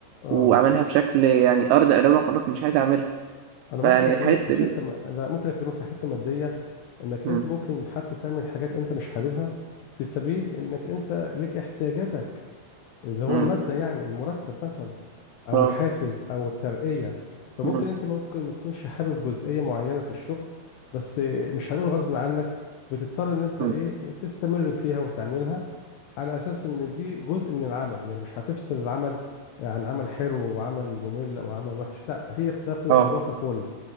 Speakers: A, on the left; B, on the right.
A: اه
B: واعملها بشكل يعني ارض لو خلاص مش عايز اعملها
A: انا
B: فيعني
A: ممكن اكلمك
B: الحتة
A: في حته
B: دي
A: م... لا ممكن اكلمك في حته ماديه انك
B: مم.
A: انت ممكن حتى تعمل حاجات انت مش حاببها في سبيل انك انت ليك احتياجاتك اللي هو
B: مم.
A: المادة يعني المرتب مثلا أو
B: اه
A: الحافز أو الترقية فممكن
B: مم.
A: أنت ممكن ما تكونش حابب جزئية معينة في الشغل بس مش هنقول غصب عنك بتضطر إن أنت
B: مم.
A: إيه تستمر فيها وتعملها على أساس إن دي جزء من العمل يعني مش هتفصل العمل عن عمل حلو وعمل ممل أو عمل وحش لا هي بتاخد
B: اه
A: الموضوع ككل